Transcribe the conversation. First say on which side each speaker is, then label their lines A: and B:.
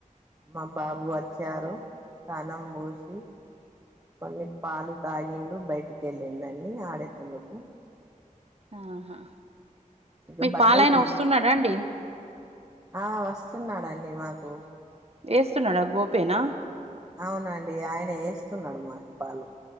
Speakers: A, on the right; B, on the right.
A: మా బాబు వచ్ చారు తానంబోషీ కొన్ని పాలు తాగిండు బయటి కెళ్ళిండండి ఆడేటందుకు
B: ఆహా
A: ఇగ
B: మీకు
A: బట్టలు
B: పాలయన
A: తీయి
B: వస్తున్నాడా అండి
A: ఆ వస్తున్నాడండి మాకు
B: ఏస్తున్నాడా గోపేనా
A: అవునండి ఆయనే ఎస్తున్నాడు మాకు పాలు